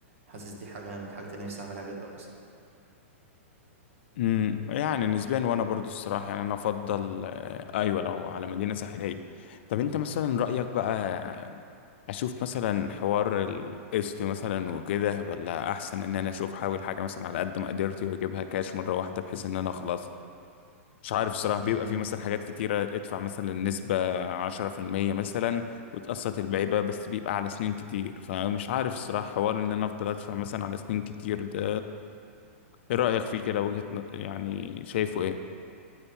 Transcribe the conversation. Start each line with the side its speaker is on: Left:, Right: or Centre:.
Right: حاسس دي حاجه من الحاجات اللي نفسي اعملها جدا اصلا
Left: امم يعني نسبيا وانا برضو الصراحه يعني انا افضل آه، ايوه لو على مدينه ساحليه طب انت مثلا رايك بقى آه، اشوف مثلا حوار القسط مثلا وكده ولا احسن ان انا اشوف حاول حاجه مثلا على قد مقدرتي واجيبها كاش مره واحده بحيث ان انا اخلص مش عارف الصراحه
Right: امم
Left: بيبقى في مثلا حاجات كتيره ادفع مثلا نسبه 10% مثلا وتقسط الباقي بقى بس بيبقى على سنين كتير فمش عارف الصراحه حوار ان انا افضل ادفع مثلا على سنين كتير ده ايه رأيك فيه كده وجهة ن- يعني شايفه ايه